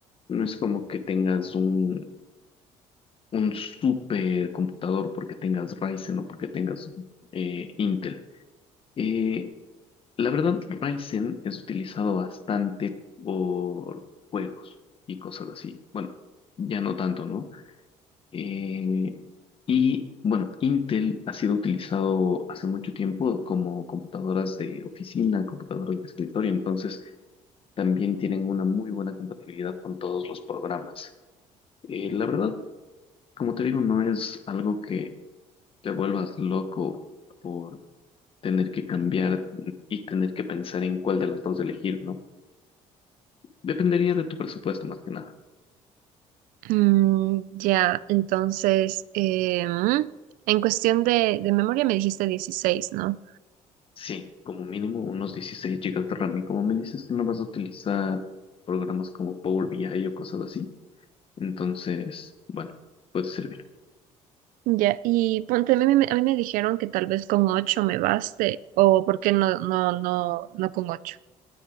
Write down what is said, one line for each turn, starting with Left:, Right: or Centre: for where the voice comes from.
Left: No es como que tengas un, un super computador porque tengas Ryzen o porque tengas eh, Intel. Eh, la verdad, Ryzen es utilizado bastante por juegos y cosas así. Bueno, ya no tanto, ¿no? Eh, y bueno, Intel ha sido utilizado hace mucho tiempo como computadoras de oficina, computadoras de escritorio, entonces también tienen una muy buena compatibilidad con todos los programas. Eh, la verdad, Como te digo, no es algo que te vuelvas loco por tener que cambiar y tener que pensar en cuál de las dos elegir, ¿no? Dependería de tu presupuesto más que nada.
Right: Mm, ya, entonces, em, en cuestión de, de memoria me dijiste dieciséis ¿no?
Left: Sí, como mínimo unos 16 gigas de RAM y como me dices que no vas a utilizar programas como Power BI o cosas así, entonces, bueno, puede servir.
Right: Ya, y ponte, a mí, me a mí me dijeron que tal vez con 8 me baste, o por qué no, no, no, no con ocho